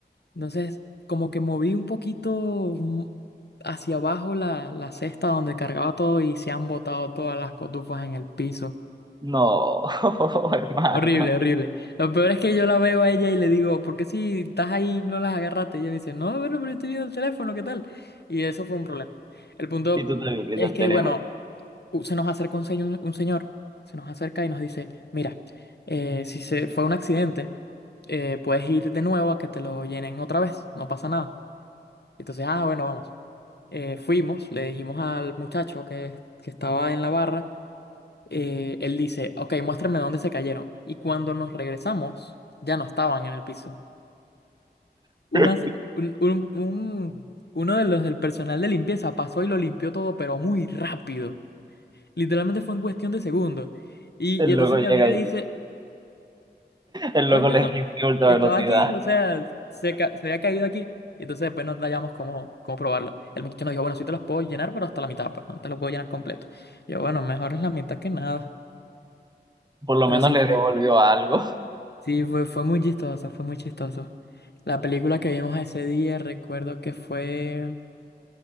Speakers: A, on the left; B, on the right.
A: Entonces, como que moví un poquito mm, hacia abajo la, la cesta donde cargaba todo y se han botado todas las cotufas en el piso.
B: no, <laughs> hermano.
A: Horrible, horrible. Lo peor es que yo la veo a ella y le digo, ¿por qué si estás ahí no las agarraste? Y ella me dice, no, pero, pero estoy viendo el teléfono, ¿qué tal? Y eso fue un problema. El punto
B: Y tú te viendo
A: es
B: el
A: que,
B: teléfono.
A: bueno, u- se nos acerca un, señor, un señor, se nos acerca y nos dice, mira, eh, si se fue un accidente, eh, puedes ir de nuevo a que te lo llenen otra vez, no pasa nada. Entonces, ah, bueno, vamos. Eh, fuimos, le dijimos al muchacho que, que estaba en la barra eh, él dice, ok, muéstrame dónde se cayeron. Y cuando nos regresamos, ya no estaban en el piso. Unas-
B: <laughs>
A: un- un- un- uno de los del personal de limpieza pasó y lo limpió todo, pero muy rápido. Literalmente fue en cuestión de segundos. Y,
B: El
A: y entonces
B: loco llega
A: mi amiga
B: y
A: dice,
B: el
A: coño,
B: loco les limpió ultra
A: estaba
B: velocidad.
A: aquí, o sea, se, ca- se había caído aquí. Y entonces después nos hallamos cómo, cómo probarla. El muchacho nos dijo, bueno, sí te las puedo llenar, pero hasta la mitad, pues no te las puedo llenar completo. Yo, bueno, mejor es la mitad que nada.
B: Por lo
A: Pero
B: menos
A: sí
B: le
A: fue.
B: devolvió algo
A: Sí, fue, fue muy chistoso, fue muy chistoso. La película que vimos ese día, recuerdo que fue...